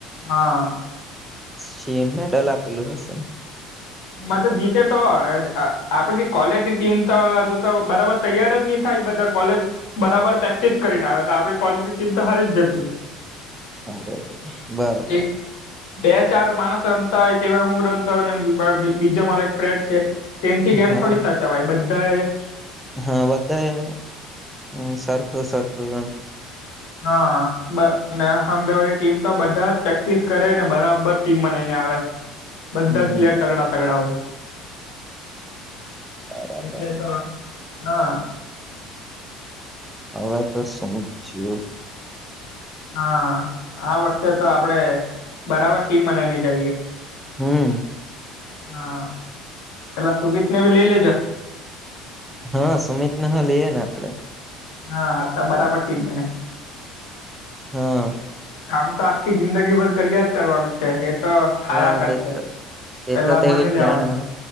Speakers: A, on the left (about 80°); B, in the centre.
A: હા
B: સી એમ મેડલ આપેલું હશે.
A: એમાં તો જીતે તો આ આપણી કોલેજની ટીમ તો હજુ તો બરાબર તૈયાર જ નહી થાય બધા કોલેજ બરાબર પ્રેક્ટિસ કરીને આવે તો આપડી કોલેજ ની ટીમ તો હારી જ જતી
B: અરે બરોબર
A: હોય. એક બે ચાર માણસ રમતા હોય તેમાં હું રમતા હોય ને બા મા બીજો મારે એક ફ્રેન્ડ છે તેનથી ગેમ
B: હા
A: થોડી સાચાવાય બધાએ
B: હા બધાએ સરખું સરખું રમ
A: હા બ ના હાંબે વાળી ટીમ તો બધા જ પ્રેક્ટિસ કરે ને બરાબર ટીમ બનાઈને આવે બધા
B: હમ
A: જ પ્લેયર તગડા તગડા હોય
B: બરાબર
A: એટલે તો હા
B: હવે તો શું છે
A: હા આ વર્ષે તો આપડે બરાબર ટીમ બનાવીને જાઈએ
B: હમ્મ
A: હા પેલા સુમિત ને ભી લઈ લે જે
B: હા સુમિત ને હ લઈએ ને આપણે
A: હા હ ત બરાબર ટીમ બને
B: હા
A: કામ તો આખી જિંદગી ભર કર્યા જ કરવાનું છે એ તો થાયા
B: હા
A: કરશે
B: તે તે
A: પેલા
B: તો તેવું
A: પયણી
B: જ
A: લેવાનું
B: જાણ હવે